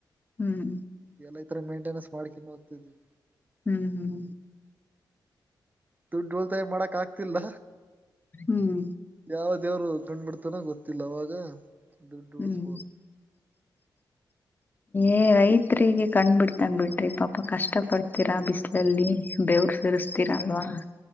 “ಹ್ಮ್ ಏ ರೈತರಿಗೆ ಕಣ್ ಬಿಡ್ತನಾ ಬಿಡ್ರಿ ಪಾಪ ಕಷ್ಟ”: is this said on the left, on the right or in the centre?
Left